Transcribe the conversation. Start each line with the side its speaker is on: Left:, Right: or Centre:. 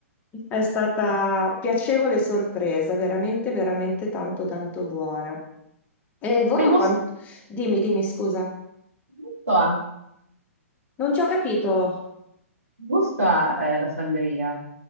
Left: è stata piacevole sorpresa, veramente, veramente tanto, tanto buona. E il volo
Right: Che gusto,
Left: quanto... Dimmi, dimmi, scusa.
Right: gusto ha?
Left: Non ti ho capito.
Right: Gusto ha, eh, la sangria?